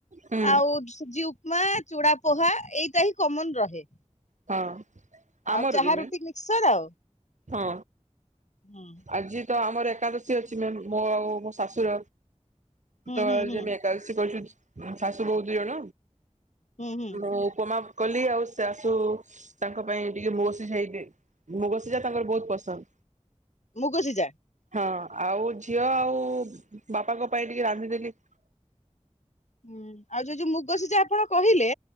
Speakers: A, on the right; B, on the left.
A: ହୁଁ
B: ଆଉ ସୁଜି ଉପମା ଚୂଡା ପୋହା ଏଇଟା ହିଁ କମନ ରହେ।
A: ହଁ ଆମର
B: ଆଉ ଚାହା
A: ଦିନେ
B: ରୁଟି ମିକ୍ସର ଆଉ।
A: ହଁ।
B: ହୁଁ।
A: ଆଜି ତ ଆମର ଏକାଦଶୀ ଅଛି ମୋ ଆଉ ମୋ ଶାଶୁର।
B: ହୁଁ
A: ତ
B: ହୁଁ ହୁଁ
A: ଯେ ମେ ଏକାଦଶି କରି <unintelligible> ଶାଶୂ ବୋହୂ ଦିଇଜଣ
B: ହୁଁ ହୁଁ
A: ମୁଁ ଉପମା କଲି ଆଉ ସେ ତ ତାଙ୍କ ପାଇଁ ଟିକେ ମୁଗସିିଝାଇ <unintelligible> ମୁଗସିଝା ତାଙ୍କର ବହୁତ ପସନ୍ଦ।
B: ମୁଗ ସିଝା?
A: ହଁ ଆଉ ଝିଅ ଆଉ ବାପାଙ୍କ ପାଇଁ ଟିକେ ରାନ୍ଧିଦେଲି।
B: ହୁଁ ଆଉ ଯୋଉ ଯୋଉ ମୁଗ ସିଝା ଟା ଆପଣ କହିଲେ